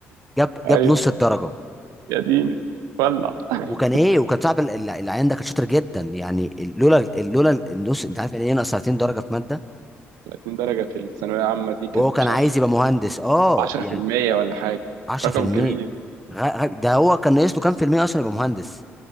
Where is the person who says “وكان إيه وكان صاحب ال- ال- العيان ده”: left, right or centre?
Centre